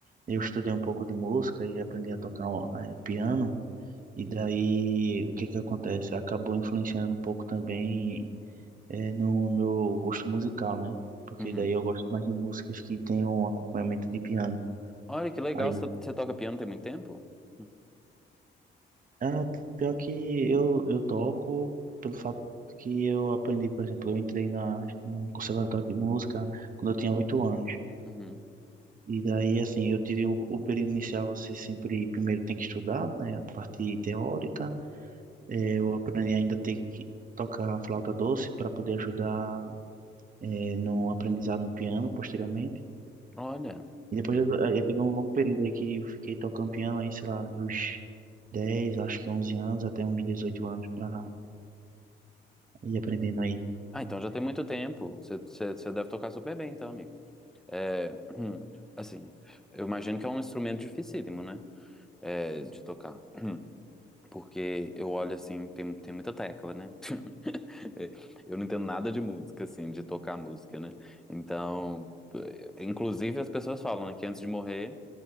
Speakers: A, on the right (about 45°); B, in the centre.
A: Eu estudei um pouco de música e aprendi a tocar ó, eh, piano, e daí o que que acontece? Acabou influenciando um pouco também eh, no meu gosto musical, né? Porque
B: Uhum.
A: daí eu gosto mais de músicas que tenham um acompanhamento de piano.
B: Olha que legal,
A: Aí,
B: você você toca piano tem muito tempo? Hum,
A: ah, pior que eu, eu toco pelo fato que eu aprendi, por exemplo, eu entrei na, num conservatório de música quando eu tinha oito anos.
B: Uhum.
A: E daí, assim, eu tive o, o período inicial, você sempre primeiro tem que estudar, né? A parte teórica Eh, Eu aprendi ainda a ter que tocar flauta doce para poder ajudar eh, no aprendizado no piano posteriormente.
B: Olha.
A: E depois eu, eh, eu teve um longo período aí que eu fiquei tocando piano aí, sei lá, dos dez acho que 11 anos até uns 18 anos para ir aprendendo aí.
B: Ah, então já tem muito tempo. Você, você, você deve tocar super bem, então, amigo. É, <clears throat> assim, eu imagino que é um instrumento dificílimo, né? É, de tocar. Porque eu olho assim, tem, tem muita tecla, né? <laughs> É, Eu não entendo nada de música, assim, de tocar música, né? Então, eh, inclusive as pessoas falam, né, que antes de morrer,